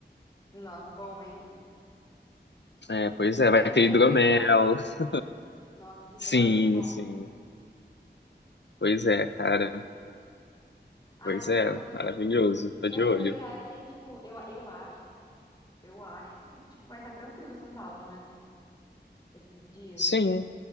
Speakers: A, on the left; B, on the left.
A: Nossa, bom, hein?
B: É, pois é, vai
A: É aquele
B: ter hidromel.
A: evento lá, né?
B: <laughs>
A: Nossa, esse hidromel
B: Sim,
A: deve ser bom.
B: sim. Pois é, cara.
A: Ah,
B: Pois
A: é gostoso.
B: é, maravilhoso.
A: E
B: Tô de
A: aproveitar
B: olho.
A: que, tipo, eu, eu acho, eu acho que, tipo, vai estar tranquilo São Paulo, né? esses dias,
B: Sim,